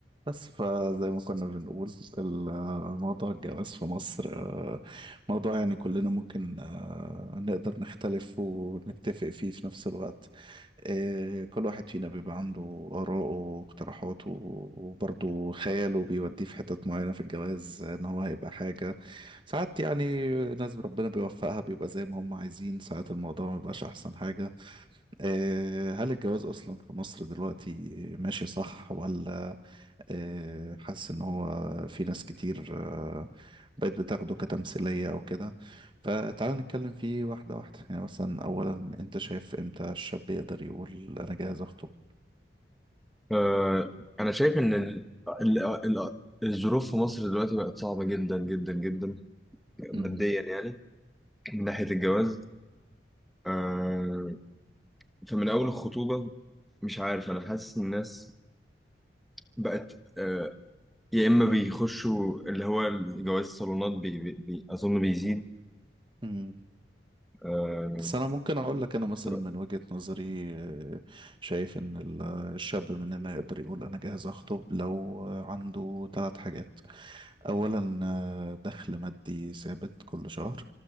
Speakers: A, on the right (about 25°); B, in the centre.
A: بس فزي ما كنا بنقول الموضوع الجواز في مصر آه، موضوع يعني كلنا ممكن آه، نقدر نختلف ونتفق فيه في نفس الوقت آه، كل واحد فينا بيبقى عنده آراءه واقتراحاته وبرضه خياله بيوديه في حتت معينة في الجواز آه، إن هو هيبقى حاجة ساعات يعني ناس ربنا بيوفقها بيبقى زي ما هم عايزين ساعات الموضوع ما بيبقاش أحسن حاجة آه، هل الجواز أصلا في مصر دلوقتي ماشي صح ولا آه، حاسس ان هو في ناس كتير آه، بقت بتاخده كتمثيلية او كده فتعال نتكلم فيه واحدة واحدة يعني مثلا اولا انت شايف امتى الشاب يقدر يقول انا جاهز اخطب
B: آه، أنا شايف إن ال... ال... ال... الظروف في مصر دلوقتي بقت صعبة جدا جدا جدا
A: مم.
B: ماديا يعني من ناحية الجواز آه، فمن أول الخطوبة مش عارف أنا حاسس إن الناس بقت آه، يا إما بيخشوا اللي هو جواز الصالونات بي... بي... بي... أظن بيزيد
A: مم.
B: آه،
A: بس انا ممكن اقول لك انا مثلا
B: طب
A: من وجهة نظري آه، شايف ان ال- الشاب مننا يقدر يقول انا جاهز اخطب لو عنده ثلاث حاجات اولا آه، دخل مادي ثابت كل شهر